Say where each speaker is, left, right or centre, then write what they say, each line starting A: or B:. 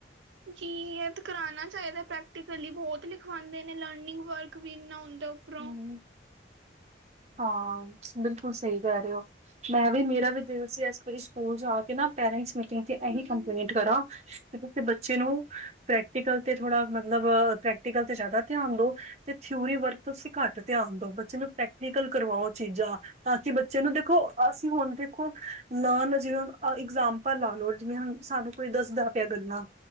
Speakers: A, on the right; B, on the right.
A: ਜੀ ਇਹ ਤਾਂ ਕਰਉਣਾ ਚਾਹੀਦਾ ਪ੍ਰੈਕਟੀਕਲੀ ਬਹੁਤ ਲਿਖਵਾਉਂਦੇ ਨੇ ਲਰਨਿੰਗ ਵਰਕ ਵੀ ਇਨਾ ਹੁੰਦਾ, ਉਪਰੋ,
B: ਹੂੰ, ਹਾਂ ਬਿਲਕੁਲ ਸਹੀ ਕਹਿ ਰਹੇ ਹੋ। ਮੈਂ ਵੀ ਮੇਰਾ ਵੀ ਦਿਲ ਸੀ ਇਸ ਵਾਰੀ ਸਕੂਲ ਜਾ ਕੇ ਨਾ ਪੇਰੈਂਟਸ ਮੀਟਿੰਗ ਤੇ ਇਹੀ
A: ਹੂੰ
B: ਕੰਪਲੇਂਟ ਕਰਾਂ। ਕਿਸੇ ਬੱਚੇ ਨੂੰ ਪ੍ਰੈਕਟੀਕਲ ਤੇ ਥੋੜਾ ਮਤਲਬ ਪ੍ਰੈਕਟੀਕਲ ਤੇ ਜ਼ਿਆਦਾ ਧਿਆਨ ਦੋ, ਤੇ ਥਿਊਰੀ ਵਰਕ ਤੋਂਸੀਂ ਘੱਟ ਧਿਆਨ ਦਓ ਬੱਚੇ ਨੂੰ ਪ੍ਰੈਕਟੀਕਲ ਕਰਵਾਓ ਚੀਜ਼ਾਂ। ਤਾਂ ਕਿ ਬੱਚੇ ਨੂੰ ਦੇਖੋ ਅਸੀਂ ਹੁਣ ਦੇਖੋ ਲਨ ਜਿਵੇਂ ਇਗਜ਼ਾਮਲ ਆਪਾਂ ਲਾ ਲਓ ਜਿਵੇਂ ਹੁਣ ਸਾਨੂੰ ਕੋਈ ਦੱਸਦਾ ਪਿਆ ਗੱਲਾਂ,